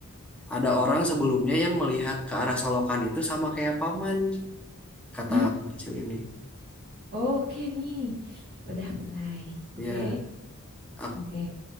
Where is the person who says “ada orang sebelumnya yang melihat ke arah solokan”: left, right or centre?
Centre